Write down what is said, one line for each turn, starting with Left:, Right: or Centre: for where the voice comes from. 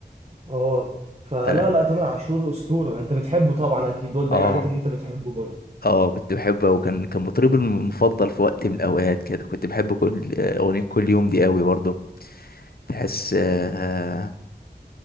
Right: اه فلا
Left: انا
Right: لا تامر عاشور أسطورة أنت بتحبه طبعا أكيد وباين
Left: اه
Right: عليك إن أنت بتحبه برضو
Left: اه كنت بحبه وكان كان مطربي المفضل في وقت من الاوقات كده كنت بحب كل اغنية كل يوم دي قوي برضه تحس آه...